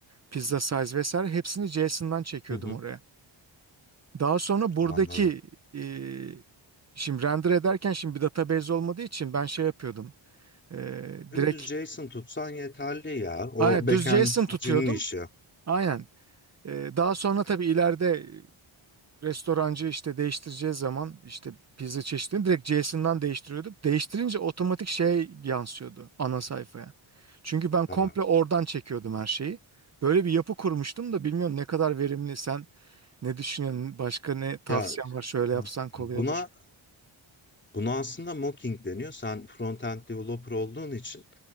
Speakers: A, on the right; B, on the left.
A: pizza size vesaire hepsini JSON'dan çekiyordum
B: Hı hı.
A: oraya. Daha sonra buradaki
B: Anladım.
A: e, şimdi render ederken şimdi bir database olmadığı için ben şey yapıyordum. E,
B: Dümdüz
A: direkt
B: JSON tutsan yeterli ya. O
A: aynen,
B: backend'cinin
A: düz JSON tutuyordum.
B: işi.
A: Aynen. Ee, Daha sonra tabii ileride restorancı işte değiştireceği zaman işte pizza çeşidini direkt Jason'dan değiştiriyorduk. Değiştirince otomatik şey yansıyordu ana sayfaya. Çünkü ben komple
B: Tamam.
A: oradan çekiyordum her şeyi. Böyle bir yapı kurmuştum da bilmiyorum ne kadar verimli sen ne düşünüyorsun başka ne tavsiyen
B: Ya
A: var şöyle yapsan kolay
B: buna
A: olur.
B: Buna aslında mocking deniyor. Sen front-end developer olduğun için